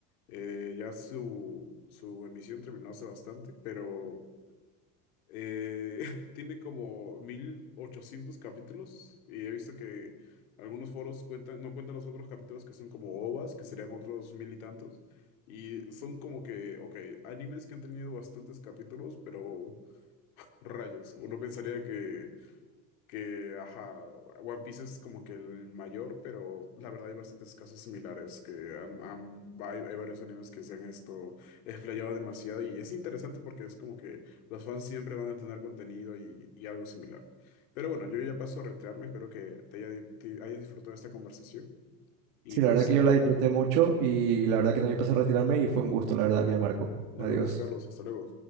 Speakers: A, on the left; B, on the right.
A: eh, ya su, su emisión terminó hace bastante, pero... Eh, <laughs> tiene como 1800 capítulos y he visto que algunos foros cuentan, no cuentan los otros capítulos que son como OVAs, que serían otros mil y tantos. Y son como que, ok, animes que han tenido bastantes capítulos, pero rayos. Uno pensaría que que, ajá, One Piece es como que el mayor, pero la verdad hay bastantes casos similares, que han- han- hay, hay varios animes que se han esto explayado demasiado y es interesante porque es como que los fans siempre van a tener contenido y, y algo similar. Pero bueno, yo ya paso a retirarme, espero que te haya, di- te hayas disfrutado de esta conversación y
B: Sí,
A: pues
B: la verdad que
A: nada,
B: yo la disfruté mucho y la verdad que también empecé a retirarme y fue un gusto, la verdad que Marco.
A: nos
B: Adiós.
A: vemos, Carlos, hasta luego.